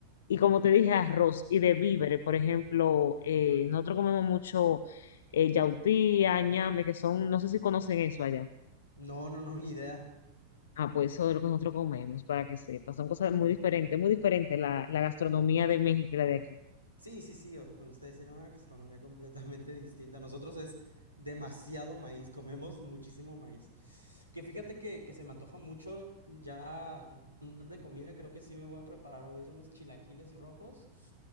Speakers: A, on the left; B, on the left.
A: y como te dije, arroz y de víveres. Por ejemplo,
B: Ah,
A: eh,
B: ok, ok.
A: nosotros comemos mucho eh, yautía, ñame, que son, no sé si conocen eso allá.
B: No, no, no, ni idea.
A: Ah, pues eso es lo que nosotros comemos, para que sepas. Son cosas
B: Uh.
A: muy diferentes, muy diferentes la, la gastronomía de México y la de aquí.
B: Sí, sí, sí, o- ustedes tienen una gastronomía completamente distinta. Nosotros es demasiado maíz, comemos muchísimo maíz. Que fíjate que, que se me antoja mucho ya de comida, creo que sí me voy a preparar ahorita unos chilaquiles rojos